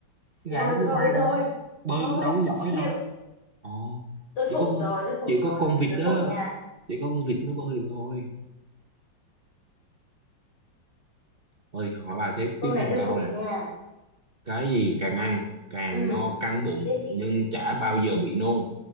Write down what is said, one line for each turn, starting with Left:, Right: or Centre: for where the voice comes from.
Right: con
Left: rồi
Right: gà đâu biết
Left: rồi
Right: bay
Left: rồi
Right: đâu bơi
Left: thôi
Right: cũng đâu có giỏi
Left: chịu
Right: đâu ờ
Left: tôi phục
Right: chỉ có con
Left: rồi tôi phục
Right: chỉ
Left: rồi
Right: có con
Left: câu này
Right: vịt
Left: tôi
Right: đó
Left: phục nha
Right: chỉ có con vịt nó bơi được thôi thôi hỏi bà thế
Left: câu
Right: tiếp
Left: này
Right: thêm
Left: tôi
Right: câu
Left: phục
Right: nè
Left: nha
Right: cái gì càng ăn càng
Left: ừ
Right: no căng bụng
Left: tiếp đi
Right: nhưng chả bao giờ bị nôn